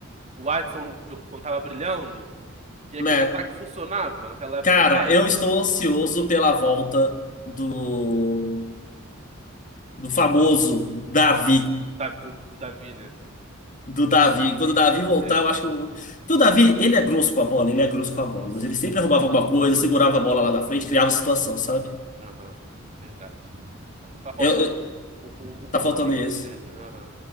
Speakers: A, on the right; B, on the left.
A: o Watson no jogo quando tava brilhando, que aí
B: Né?
A: contra-ataque funcionava naquela época
B: Cara,
A: do Paiva.
B: eu estou
A: Hoje
B: ansioso
A: em dia.
B: pela volta do, do famoso Davi.
A: Ah, des- da- do, do Davi, né?
B: Do Davi.
A: Do
B: Quando
A: David.
B: o Davi voltar,
A: É,
B: eu acho que. O, porque o Davi, ele é grosso com a bola, ele é grosso com a bola,
A: grosso,
B: mas ele sempre
A: né?
B: arrumava alguma coisa, segurava a bola lá na frente,
A: Aham,
B: criava situação, sabe?
A: aham, verdade. Tá, tá faltando
B: Eu, eu-
A: um, um, pon- um pontinho
B: tá faltando isso.
A: no time. Aham.